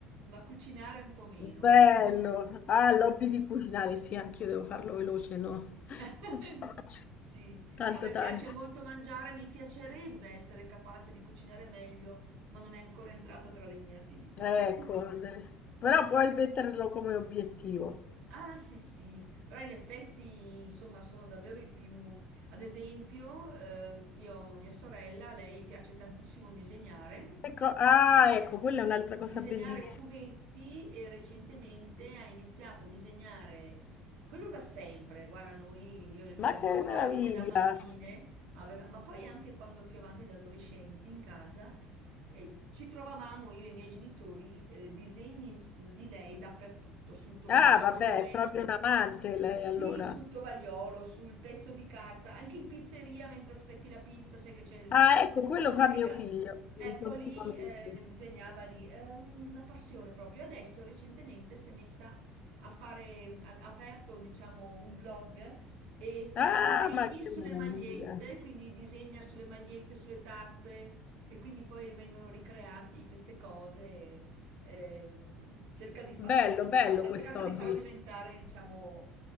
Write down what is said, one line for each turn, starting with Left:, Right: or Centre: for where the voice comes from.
Right: ma cucinare un po' meno,
Left: bello.
Right: ecco.
Left: Ah, l'hobby di cucinare, sì, anch'io devo farlo veloce, no? <laughs>
Right: <laughs>
Left: Non ci vado
Right: Sì,
Left: tanto
Right: a me piace
Left: tanto.
Right: molto mangiare, mi piacerebbe essere capace di cucinare meglio, ma non è ancora entrata tra le mie attività.
Left: Eh,
Right: <laughs>
Left: correre. Però puoi metterlo come obiettivo.
Right: Ah, sì, sì, però in effetti, insomma, sono davvero i più... Ad esempio, ehm, io, mia sorella, lei piace tantissimo disegnare
Left: Ecco, ah, ecco, quella è un'altra
Right: disegnare
Left: cosa bellissima.
Right: fumetti e recentemente ha iniziato a disegnare quello da sempre. Guarda, noi io ricordo,
Left: Ma che
Right: ricordo
Left: meraviglia!
Right: che da bambine aveva, ma poi anche quando più avanti da adolescenti in casa eh, ci trovavamo io e i miei genitori eh, disegni s- di lei dappertutto, sul tovagliolo,
Left: Ah, vabbè,
Right: dove
Left: è proprio un amante lei
Right: sì,
Left: allora.
Right: sul tovagliolo, sul pezzo di carta, anche in pizzeria mentre aspetti la pizza, sai che c'è il
Left: Ah, ecco, quello fa
Right: il
Left: mio
Right: ca-
Left: figlio
Right: ecco,
Left: continuamente.
Right: lì eh, disegnava lì, è una passione proprio. Adesso recentemente si è messa a fare, ha ha aperto diciamo un blog e fa
Left: Ah,
Right: i disegni
Left: ma che
Right: sulle
Left: meraviglia!
Right: magliette, quindi disegna sulle magliette, sulle tazze e quindi poi vengono ricreati queste cose. ehm, cerca di farla,
Left: Bello, bello
Right: ha ha
Left: questo
Right: cercato
Left: hobby,
Right: di farlo diventare diciamo